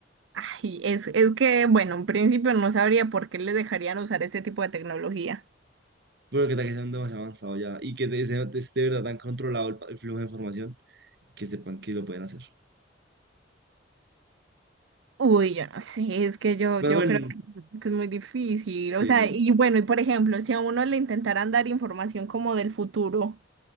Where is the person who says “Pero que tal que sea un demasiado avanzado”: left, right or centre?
Right